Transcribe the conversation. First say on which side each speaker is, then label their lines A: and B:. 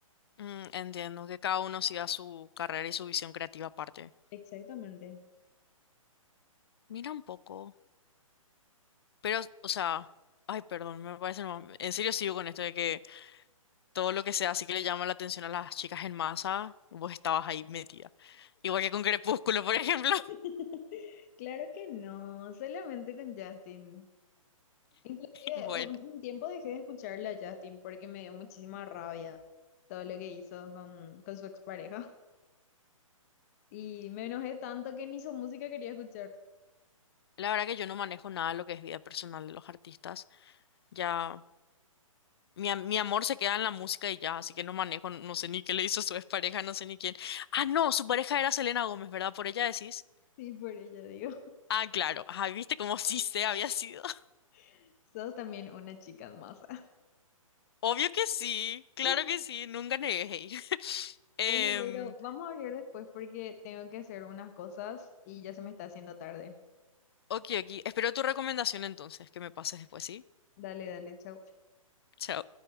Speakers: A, on the left (about 45°); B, on the left (about 25°).
A: Mm, entiendo que cada uno siga su carrera y su visión creativa aparte.
B: Exactamente.
A: Mira un poco. Pero, o sea, ay, perdón, me parece nomás- En serio sigo con esto de que todo lo que sea así que le llama la atención a las chicas en masa, vos estabas ahí metida. Igual que con Crepúsculo, por <laughs> ejemplo.
B: <laughs> Claro que no, solamente con Justin. Inclusive
A: Bueno,
B: un, un tiempo dejé de escucharle a Justin porque me dio muchísima rabia todo lo que hizo con, con su expareja. <laughs> Y me enojé tanto que ni su música quería escuchar.
A: la verdad que yo no manejo nada de lo que es vida personal de los artistas. Ya, mi, am- mi amor se queda en la música y ya, así que no manejo, no sé ni qué le hizo su expareja, no sé ni quién. Ah, no, su pareja era Selena Gómez, ¿verdad? Por ella decís.
B: Sí, por ella digo.
A: Ah, claro. Ah, viste como <laughs> sí se había sido. <laughs>
B: <laughs> Sos también una chica en masa.
A: Obvio que sí, claro
B: <laughs>
A: que sí, nunca negué. hey. <laughs> Em,
B: Bueno, pero vamos a hablar después porque tengo que hacer unas cosas y ya se me está haciendo tarde.
A: ok, ok. Espero tu recomendación entonces, que me pases después, ¿sí?
B: Dale, dale, chao.
A: Chao.